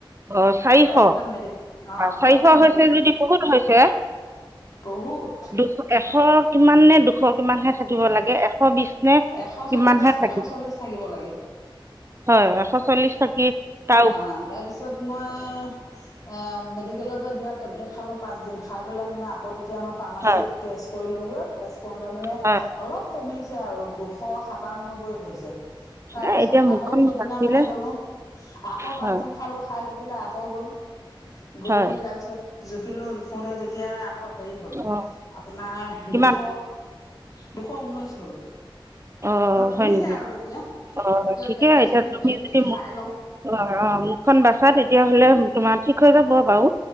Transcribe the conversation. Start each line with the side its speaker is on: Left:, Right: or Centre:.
Right: অ', চাৰিশ?
Left: তাৰপিছত
Right: বা!
Left: মেডি অ',
Right: চাৰিশ
Left: তাৰপিছত
Right: হৈছে
Left: মেডিচিন
Right: যদি বহুত হৈছে।
Left: বহুত
Right: দুশ এশ কিমান নে দুশ কিমানহে থাকিব লাগে, এশ শ বিছ নে
Left: এশ
Right: কিমানহে
Left: চল্লিশ
Right: থাকি
Left: এশ চল্লিশ থাকিব লাগে।
Right: হয় এশ চল্লিশ থাকি, তা
Left: অ', তাৰপিছত মই এ মেডিকেলৰ পৰা দিয়াত টেবলেট খালো পাঁচ দিন খাই পেলাই মানে আকৌ তেতিয়া মই ফাৰ্মাচিত
Right: হয়
Left: টেষ্ট কৰিলো গৈ, তেচ কৰোতে মানে
Right: হয়
Left: অলপ কমিছে আৰু দুশ সাত সাতান্নব্বৈ হৈছে। তাৰ
Right: এ
Left: পিছত
Right: এতিয়া মুখখন
Left: আকৌ সিদিনা
Right: বাচিলে
Left: মানে গ'লো, আকৌ পাচ
Right: হয়
Left: দিন খালো, খাই লৈ পেলাই আকৌ গ'লো, গৈ
Right: হয়
Left: পিনি তাৰ পিছত জুখিলো জুখোতে তেতিয়া শ হেৰি হ'ল
Right: অ
Left: আপোনাৰ
Right: কিমান
Left: দুশ দুশ ঊনৈশ হ'ল।
Right: অ',
Left: কমিছে
Right: হয় নেকি?
Left: আৰু এতিয়া
Right: অ', ঠিকে
Left: টেবলেট
Right: এতিয়া
Left: খিনি গোটেইখিনি
Right: তুমি যদি
Left: খাই
Right: মুখ,
Left: লওঁ
Right: অ', অ', মুখখন বাচা তেতিয়াহ'লে তোমাৰ ঠিক হৈ যাব বাও।